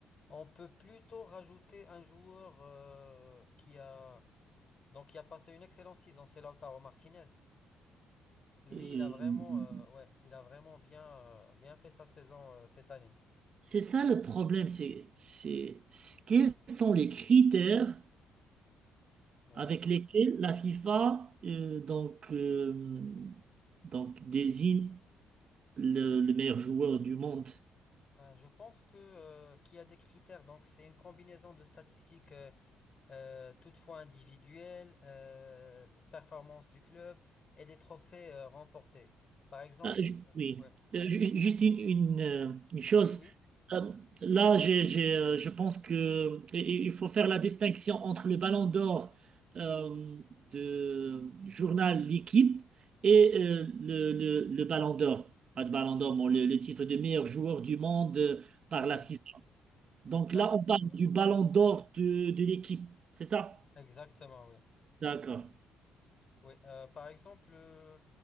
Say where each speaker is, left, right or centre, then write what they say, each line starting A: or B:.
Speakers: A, on the left; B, on the right.
A: On peut plutôt rajouter un joueur euh, qui a donc qui a passé une excellente saison, c'est Lautaro Martinez. Lui,
B: Euh,
A: il a vraiment, euh, ouais, il a vraiment bien, euh, bien fait sa saison euh, cette année.
B: c'est ça le problème, c'est c'est- c'est- quels sont les critères
A: Ouais.
B: avec lesquels la FIFA euh, donc, euh, donc désigne le, le meilleur joueur du monde.
A: Euh, je pense que euh, qu'il y a des critères. Donc, c'est une combinaison de statistiques, euh, euh, toutefois individuelles, euh, performance du club et des trophées euh, remportés. Par exemple,
B: Ah, ju-
A: euh,
B: oui,
A: ouais.
B: Euh, ju- juste une, une, euh, une chose.
A: Oui, oui.
B: Euh, là, j'ai- j'ai, euh, je pense que i- i- il faut faire la distinction entre le Ballon d'Or euh, de journal L'équipe et euh, le, le, le Ballon d'Or. Pas de Ballon d'Or, mais le, le titre de meilleur joueur du monde euh, par
A: Ouais.
B: la FIFA. Donc
A: Oui. Là,
B: là,
A: maintenant,
B: on parle
A: ouais.
B: du ballon d'or de, de l'équipe, c'est ça?
A: Exactement, oui.
B: D'accord,
A: Oui, euh, par exemple, euh,